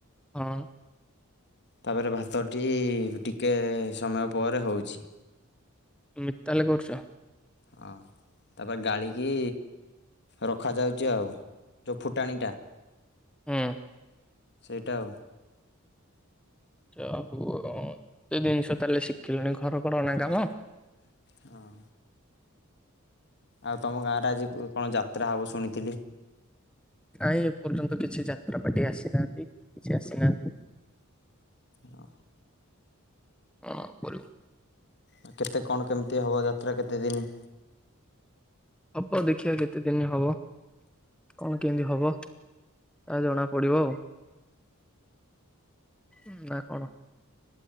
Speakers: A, in the centre; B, on the left.
A: ହଁ।
B: ତାପରେ ଭାତଟି ଟିକେ ସମୟ ପରେ ହେଉଛି।
A: ମିତାଲ କରୁଛ।
B: ହଁ ତାପରେ ଗାଳ କି ରଖାଯାଉଛି ଆଉ ଯେଉଁ ଫୁଟାଣିଟା
A: ଉଁ।
B: ସେଇଟା ଆଉ।
A: ଯାହାହଉ ଏତେ ଜିନିଷ ତାହେଲେ ଶିଖିଲେଣି ଘର ଘରଣା କାମ।
B: ହଁ। ଆଉ ତୁମ ଗାଁରେ ଆଜି କଣ ଯାତ୍ରା ହେବ ଶୁଣିଥିଲି।
A: କାଇଁ ଏପର୍ଯ୍ୟନ୍ତ କିଛି ଯାତ୍ରା ପାଟି ଆସିନାହାନ୍ତି କି କିଛି ଆସିନାହାନ୍ତି।
B: ଓ
A: ହଁ <unintelligible>
B: ଆଉ କେତେ କଣ କେମିତି ହବ ଯାତ୍ରା କେତେ ଦିନି?
A: ହବ ଦେଖିଆ କେତେ ଦିନି ହବ କଣ କେମିତି ହବ ତା ଜଣା ପଡ଼ିବ ଆଉ ହୁଁ ନା କଣ?